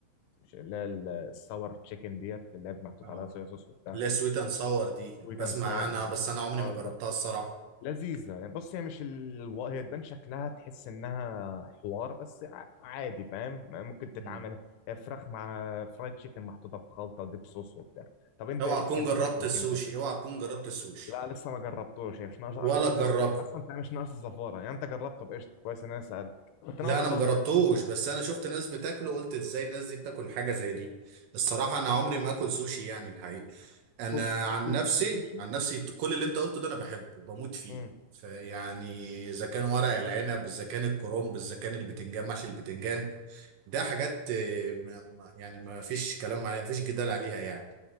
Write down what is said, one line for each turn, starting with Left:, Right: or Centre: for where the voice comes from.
Left: اللي هي ال- الساور تشيكن ديت اللي هي محطوط
Right: اه
Left: عليها صويا صوص وبتاع
Right: لا سويت اند ساور دي
Left: سويت
Right: بسمع
Left: اند ساور
Right: عنها
Left: بالظبط
Right: بس انا عمري
Left: اه
Right: ما جربتها
Left: ده
Right: الصراحه
Left: لذيذه يعني بص هي مش ال... هي تبان شكلها تحس انها حوار بس ع- عادي فاهم ممكن تتعمل
Right: مم.
Left: هي فراخ مع فرايد تشيكن محطوطه في خلطه وديب صوص وبتاع طب انت
Right: اوعى
Left: ايه بتحب
Right: تكون جربت
Left: اكلك
Right: السوشي
Left: انت
Right: اوعى تكون جربت السوشي
Left: لا لسه ما جربتوش يعني مش ناقص انا
Right: ولا
Left: ما بحبش
Right: تجربه
Left: السمك اصلا فمش مش ناقص الزفاره يعني انت جربته بقشطه كويس ان انا سالت كنت
Right: لا
Left: ناوي
Right: انا
Left: اجربه
Right: مجربتوش بس انا شفت ناس بتاكله قلت ازاي الناس دي بتاكل حاجه زي دي الصراحه انا عمري ما اكل سوشي يعني الحقيقه انا
Left: بص هو
Right: عن
Left: في
Right: نفسي
Left: في سوشي
Right: عن نفسي كل اللي انت قلته ده انا بحبه بموت فيه
Left: امم
Right: فيعني اذا كان ورق العنب اذا كان الكرنب اذا كان البتنجان محشي البتنجان ده حاجات آه، ما- ما- يعني ما فيش كلام عليها ما فيش جدال عليها يعني